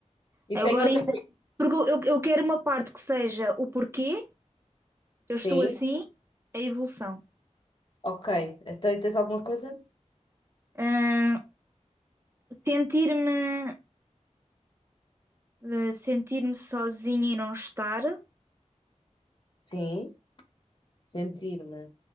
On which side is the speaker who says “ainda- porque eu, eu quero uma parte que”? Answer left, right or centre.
Right